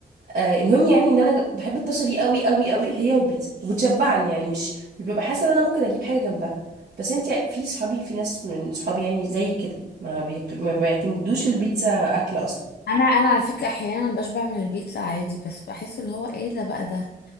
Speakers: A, on the right; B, on the left.
A: آه، المهم يعني ان انا بحب الطاسه دي قوي قوي قوي هي والبيتزا وبتشبعني يعني مش مش ببقى حاسه ان انا ممكن اجيب حاجه جنبها بس انت في صحابي في ناس من صحابي يعني زي كده ما بيكت- ما بيعتمدوش البيتزا اكل اصلا
B: انا انا على فكره احيانا بشبع من البيتزا عادي بس بحس اللي هو ايه ده بقى ده